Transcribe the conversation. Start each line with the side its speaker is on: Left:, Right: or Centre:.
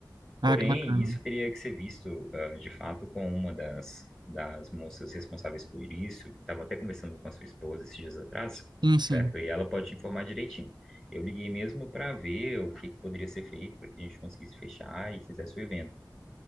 Right: Ah,
Centre: Porém,
Right: que bacana.
Centre: isso teria que ser visto, eh, de fato, com uma das, das moças responsáveis por isso, que estava até conversando com a sua esposa esses dias atrás,
Right: Sim, sim.
Centre: certo? E ela pode te informar direitinho. Eu liguei mesmo para ver o que, que poderia ser feito para que a gente conseguisse fechar e fizesse o evento.